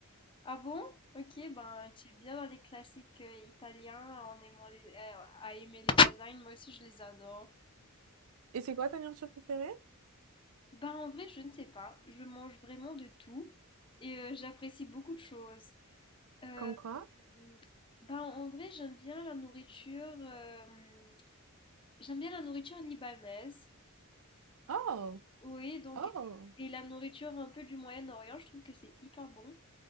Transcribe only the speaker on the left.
Ah bon? Ok, ben tu es bien dans les classiques euh, italiens en aimant les, euh, à aimer les lasagnes. Moi aussi, je les adore.
Ben en vrai, je ne sais pas. Je mange vraiment de tout et euh, j'apprécie beaucoup de choses. Euh,
hum, ben en vrai, j'aime bien la nourriture. euh, hum, j'aime bien la nourriture libanaise.
Oui, donc,
et la nourriture un peu du Moyen-Orient, je trouve que c'est hyper bon.